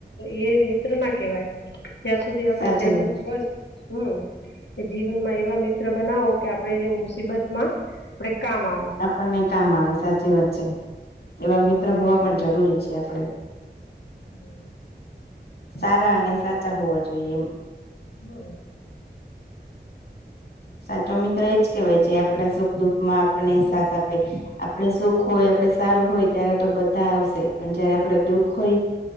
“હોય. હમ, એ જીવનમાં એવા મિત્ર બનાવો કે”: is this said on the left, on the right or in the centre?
Left